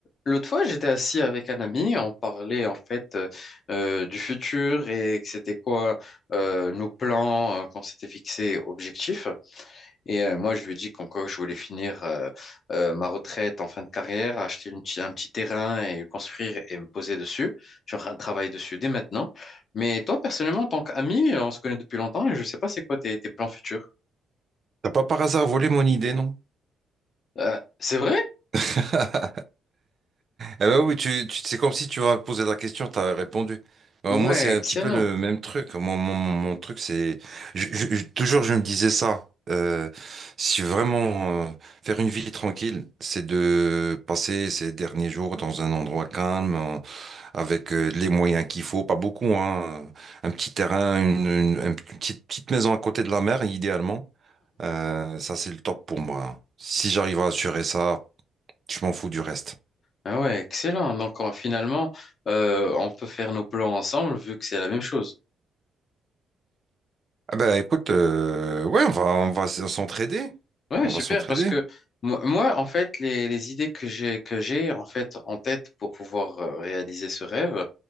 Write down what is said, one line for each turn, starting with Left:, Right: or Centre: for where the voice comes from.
Left: L'autre fois, j'étais assis avec un ami, on parlait en fait euh, euh, du futur et que c'était quoi euh, nos plans euh, qu'on s'était fixés objectifs. Et euh, moi, je lui ai dit qu'en quoi je voulais finir euh, euh, ma retraite en fin de carrière, acheter une petit- un petit terrain et le construire et me poser dessus. Je suis en train de travailler dessus dès maintenant. Mais toi, personnellement, en tant qu'ami, euh, on se connaît depuis longtemps et je ne sais pas c'est quoi tes, tes plans futurs.
Right: T'as pas par hasard volé mon idée, non?
Left: Euh, c'est vrai?
Right: <laughs> Eh ben oui, tu, tu, c'est comme si tu m'avais posé la question, t'avais répondu. Alors
Left: Ouais,
Right: moi, c'est
Left: excellent.
Right: un petit peu le même truc. Mon, mon, mon- mon truc, c'est... je- je- je- toujours, je me disais ça. Euh, si vraiment euh, faire une vie tranquille, c'est de passer ces derniers jours dans un endroit calme, en- avec euh, les moyens qu'il faut, pas beaucoup, hein. Un petit terrain, une, une- une petite, petite maison à côté de la mer, idéalement. Euh, ça, c'est le top pour moi. Si j'arrive à assurer ça, Je m'en fous du reste.
Left: Ah ouais, excellent. Donc en- finalement, euh, on peut faire nos plans ensemble vu que c'est la même chose.
Right: Ah bah écoute, euh, ouais, on va, on va s- s'entraider.
Left: Ouais,
Right: On
Left: super.
Right: va s'entraider.
Left: Parce que moi, moi, en fait, les, les idées que j'ai que j'ai en fait en tête pour pouvoir euh, réaliser ce rêve,